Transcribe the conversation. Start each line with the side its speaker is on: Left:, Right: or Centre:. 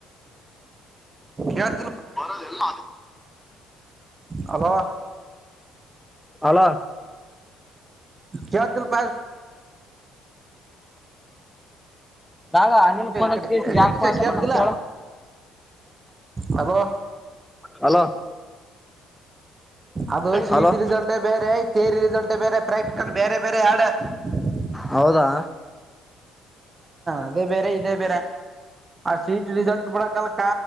Right: ಯತ್
Centre: ಬರದೆ ಎಲ್ಲ
Right: ಹಲೋ
Centre: ಅಲ
Right: ಕದಲ್ಪ
Centre: ಬಾಗ ಅನಿಲ್ ಪಸ
Right: ಕಡೆ ಏ
Centre: ಯಾಕ
Right: ಸತೀಶ
Centre: ಪೋಸ
Right: ಕೇಳ್ತಿಲ್ಲ
Centre: ಪ ಕೇಳ
Right: ಹಲೋ
Centre: ಹಲೋ
Right: ಅದು ಚೀಟ
Centre: ಹಲೋ
Right: ರೀಸಲ್ಟೇ ಬೇರೆ ತೇರಿ ರೀಸಲ್ಟ ಬೇರೆ ಪ್ರಾಕ್ಟಿಕಲ್ ಬೇರೆ ಬೇರೆ ಆಡ ಹ
Centre: ಹೌದಾ
Right: ಅದೇ ಬೇರೆ ಇದೇ ಬೇರೆ ಆ ಸೀಟ್ ರಿಸಲ್ಟ್ ಬಿಡಕಲ್ಕ